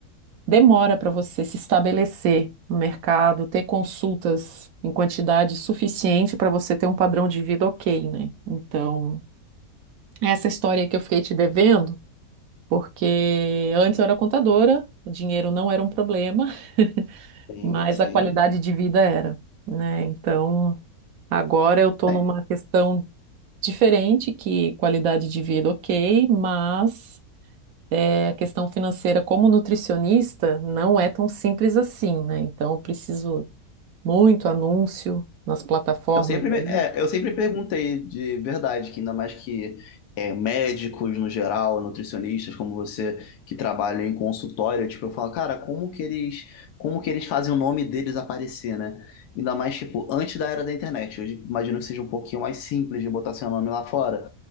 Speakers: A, on the right (about 70°); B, on the left (about 85°).
A: demora para você se estabelecer no mercado, ter consultas em quantidade suficiente para você ter um padrão de vida ok, né? Então, essa história que eu fiquei te devendo, porque antes eu era contadora, o dinheiro não era um problema, <laughs>
B: Sim,
A: mas
B: sim.
A: a qualidade de vida era, né? Então, agora eu estou
B: É,
A: numa questão diferente, que qualidade de vida ok, mas é, a questão financeira como nutricionista não é tão simples assim, né? Então eu preciso muito anúncio nas plataformas
B: eu sempre,
A: aí.
B: é, eu sempre perguntei de verdade, que ainda mais que é, médicos no geral, nutricionistas como você, que trabalham em consultório, tipo, eu falo, cara, como que eles, como que eles fazem o nome deles aparecer, né? Ainda mais, tipo, antes da era da internet. Hoje imagino que seja um pouquinho mais simples de botar seu nome lá fora.